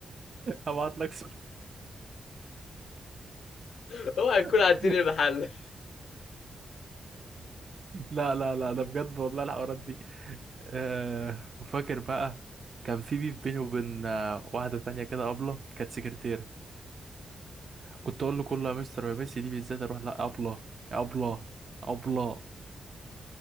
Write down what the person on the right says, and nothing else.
هبعت لك صور.
<laughs>
لا لا لا ده بجد والله الحوارات دي أه وفاكر بقى كان في بيف بيني وبين آه، واحدة تانية كده أبلة كانت سكرتيرة كنت أقول له كله يا مستر يا ميسي دي بالذات أروح لا أبلة يا أبلة أبلة